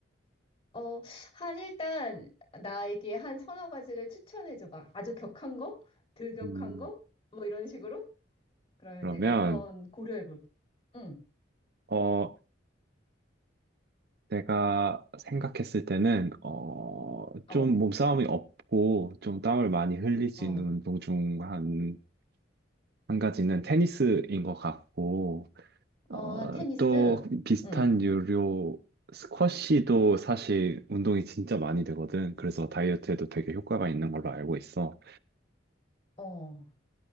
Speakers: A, on the left; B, on the right.
A: 어, 한 일단 나에게 한 서너 가지를 추천해 줘봐. 아주 격한 거? 덜 격한
B: 음,
A: 거? 뭐 이런 식으로? 그러면
B: 그러면
A: 내가 한번 고려해 볼게. 응.
B: 어 내가 생각했을 때는 어좀
A: 어.
B: 몸싸움이 없고 좀 땀을 많이 흘릴 수
A: 어.
B: 있는 운동 중 한 한 가지는 테니스인 것 같고 어또
A: 어, 테니스.
B: 비슷한
A: 응.
B: 유료 스쿼시도 사실 운동이 진짜 많이 되거든. 그래서 다이어트에도 되게 효과가 있는 걸로 알고 있어.
A: 어.